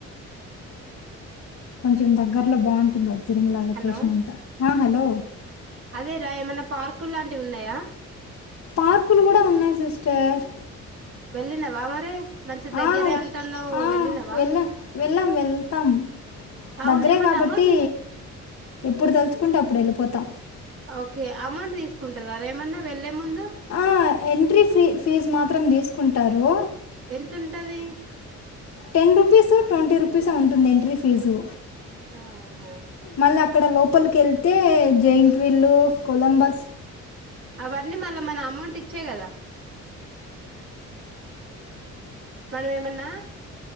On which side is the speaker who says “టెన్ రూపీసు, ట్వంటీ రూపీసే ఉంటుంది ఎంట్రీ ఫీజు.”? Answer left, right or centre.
Left